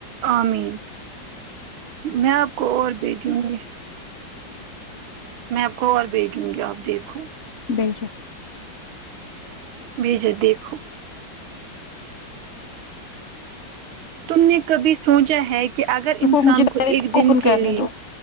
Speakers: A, on the right (about 85°); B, on the left (about 55°).
A: آمین میں آپ کو اور بھیجوں گی میں آپ کو اور بھیجوں گی آپ دیکھو
B: بھیجو
A: بھیجے دیکھو تم نے کبھی سوچا ہے کہ اگر
B: رکو
A: انسان
B: مجھے
A: کو
B: پہلے
A: ایک
B: اس
A: دن
B: اوپن
A: کے
B: کرنے
A: لیے
B: دو